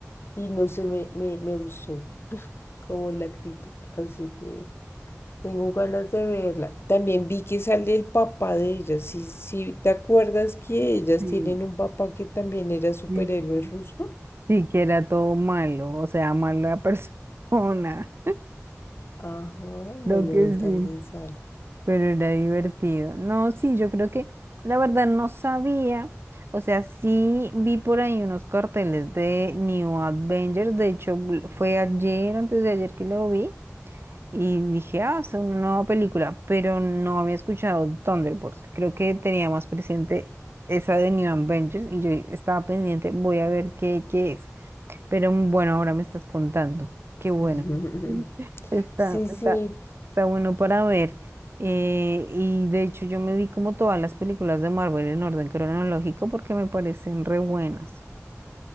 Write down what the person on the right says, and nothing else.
Sí,
sí, sí.
Sí, que era todo malo, o sea, mala persona,
<laughs>
creo que
sí.
Pero era divertido. No, sí, yo creo que la verdad no sabía. O sea, sí vi por ahí unos carteles de New Avengers. De hecho, bl- fue ayer, antes de ayer que lo vi. Y dije, ah, es una nueva película. Pero no había escuchado Thunderbolts. Creo que tenía más presente esa de New Avengers. Y yo estaba pendiente, voy a ver qué, qué es. Pero mm, bueno, ahora me estás contando. Qué bueno.
Está,
está,
está bueno para ver. Eh, y de hecho yo me vi como todas las películas de Marvel en orden cronológico porque me parecen re buenas.